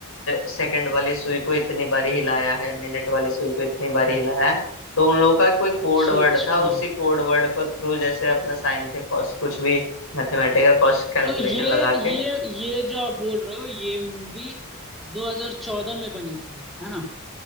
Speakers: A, on the left; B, in the centre.
A: सेकंड वाली सुई को इतनी बारी हिलाया है मिनट वाली सुई को इतनी बारी हिलाया है तो उन लोगों का कोई कोड
B: अच्छा
A: वर्ड
B: अच्छा
A: था उसी कोड वर्ड को थ्रू जैसे अपना साइन थे cos कुछ भी मैथमेटिकल कॉस्ट कैलकुलेशन
B: तो ये
A: लगा
B: ये
A: के
B: ये जो आप बोल रहे हो ये मूवी 2014 में बनी थी है ना